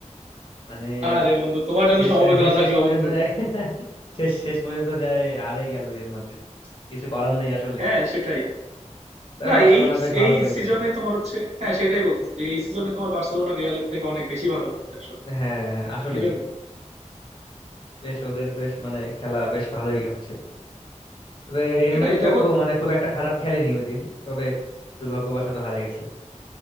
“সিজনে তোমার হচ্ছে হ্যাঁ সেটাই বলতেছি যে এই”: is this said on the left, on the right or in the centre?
Right